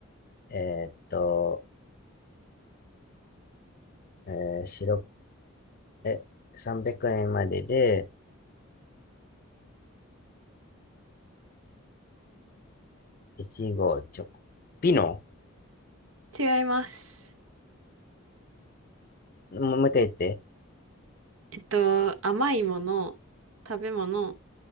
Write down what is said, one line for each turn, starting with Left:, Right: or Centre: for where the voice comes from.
Left: えーっと、えー、白、え、300円までで、いちご、チョコ。ピノ
Right: 違います。
Left: もう一回言って。
Right: えっと、甘いもの、食べ物、